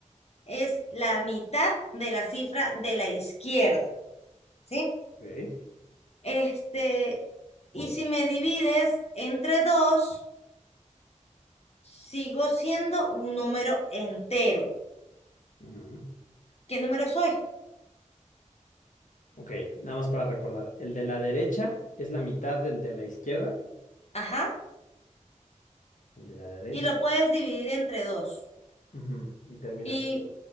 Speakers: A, on the left; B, on the left.
A: es la mitad de la cifra de la izquierda, ¿sí?
B: ok,
A: Este, y si me divides entre dos, sigo siendo un número entero.
B: ujú.
A: ¿Qué número soy?
B: Ok, nada más para recordar. El de la derecha es la mitad del de la izquierda.
A: Ajá.
B: El de la derecha.
A: Y lo puedes dividir entre dos.
B: Ujú, Y termina
A: Y,
B: si-